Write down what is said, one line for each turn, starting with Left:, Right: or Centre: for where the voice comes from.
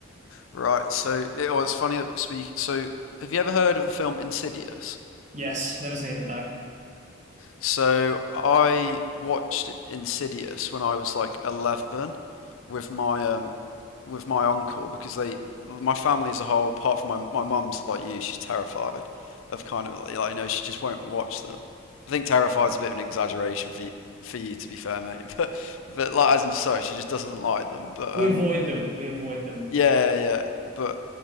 Left: Right. So it, was funny that we speak. So have you ever heard of the film Insidious?
Right: Yes, never seen it though.
Left: So I watched Insidious when I was like 11 with my um with my uncle because they, my family as a whole, apart from my my mum's like you, she's terrified of kind of like you know she just won't watch them. I think terrified's a bit of an exaggeration for you, for you to be fair, mate. <laughs> But but like as in so she just doesn't like them. But
Right: We
Left: um
Right: avoid them. We avoid them.
Left: yeah yeah. But